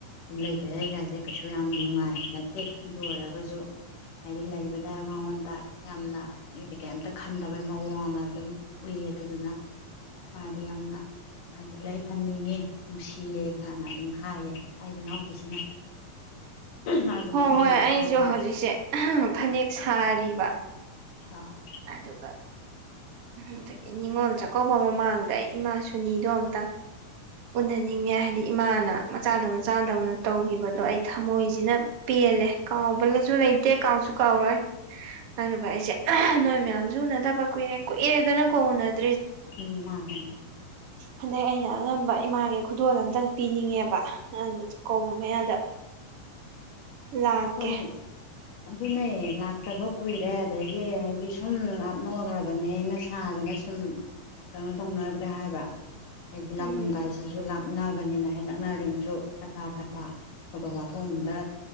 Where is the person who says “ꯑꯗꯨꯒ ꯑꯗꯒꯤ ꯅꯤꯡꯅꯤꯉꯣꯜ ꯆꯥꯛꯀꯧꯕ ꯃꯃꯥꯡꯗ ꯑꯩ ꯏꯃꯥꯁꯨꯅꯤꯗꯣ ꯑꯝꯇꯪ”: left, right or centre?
Right